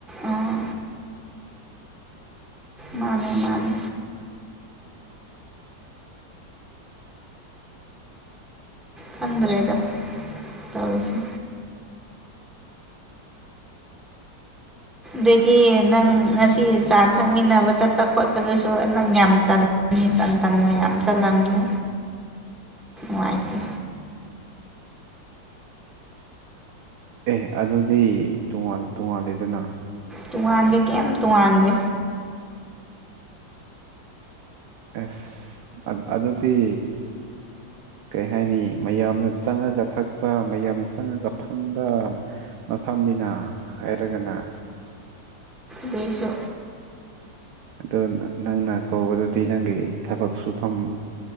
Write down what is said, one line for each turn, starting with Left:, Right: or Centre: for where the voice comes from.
Centre: ꯑꯥ ꯃꯥꯅꯦ ꯃꯥꯅꯦ ꯀꯪꯗ꯭ꯔꯦꯗ ꯇꯧꯔꯤꯁꯤ ꯗꯣꯏꯗꯤ ꯅꯪ ꯉꯁꯤ ꯆꯥ ꯊꯛꯃꯤꯟꯅꯕ ꯆꯠꯄ ꯈꯣꯠꯄꯗꯨꯁꯨ ꯅꯪ ꯌꯥꯝ ꯇꯜ ꯅꯤ ꯇꯟ ꯇꯟꯅ ꯌꯥꯝ ꯆꯠꯂꯝꯉꯦ
Right: <inaudible>
Centre: ꯋꯥꯏꯇꯦ
Right: ꯑꯦ ꯑꯗꯨꯗꯤ ꯇꯣꯉꯥꯟ ꯇꯣꯉꯥꯟꯂꯦꯗꯅ
Centre: ꯇꯨꯉꯥꯟꯗꯦ ꯀꯦꯝ ꯇꯨꯉꯥꯟꯗꯦ
Right: ꯑꯦꯁ ꯑꯠ ꯑꯗꯨꯗꯤ ꯀꯩ ꯍꯥꯏꯅꯤ ꯃꯌꯥꯝꯅ ꯆꯪꯉꯒ ꯊꯛꯄ ꯃꯌꯥꯝꯅ ꯆꯪꯉꯒ ꯐꯝꯕ ꯃꯐꯝ ꯅꯤꯅ ꯍꯥꯏꯔꯒꯅ
Centre: ꯗꯨꯏꯁꯣ
Right: ꯑꯗꯣ ꯅꯪꯅ ꯀꯧꯕꯗꯨꯗꯤ ꯅꯪꯒꯤ ꯊꯕꯛ ꯁꯨꯐꯝ